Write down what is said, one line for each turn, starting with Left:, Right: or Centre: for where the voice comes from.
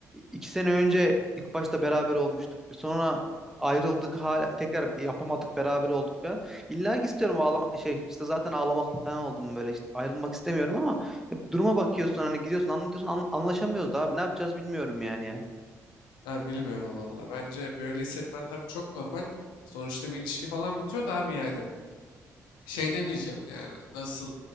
Centre: iki sene önce ilk başta beraber olmuştuk. Bir Sonra ayrıldık hala tekrar yapamadık beraber olduk falan. İlla ki istiyorum ağlama şey işte zaten ağlamaklı falan oldum böyle işte ayrılmak istemiyorum ama duruma bakıyorsun hani gidiyorsun anlatıyorsun an- anlaşamıyoruz da abi ne yapacağız bilmiyorum yani ya.
Left: Ha, bilmiyorum vallahi. Bence böyle hissetmen tabii çok normal. Sonuçta bir ilişki falan bitiyor da abi yani. şey demeyeceğim yani nasıl